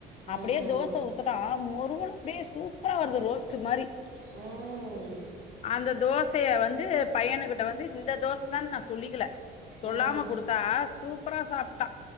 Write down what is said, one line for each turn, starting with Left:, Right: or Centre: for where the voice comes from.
Right: ம்
Left: அப்டியே
Right: ம்
Left: தோச ஊத்துனா முறுவலா அப்டியே சூப்பரா வருது ரோஸ்ட்டு மாரி
Right: ம்
Left: அந்த தோசய வந்து பையனு கிட்ட வந்து இந்த தோச தானு நா சொல்லிக்கல சொல்லாம
Right: ம்
Left: குடுத்தா சூப்பரா சாப்டா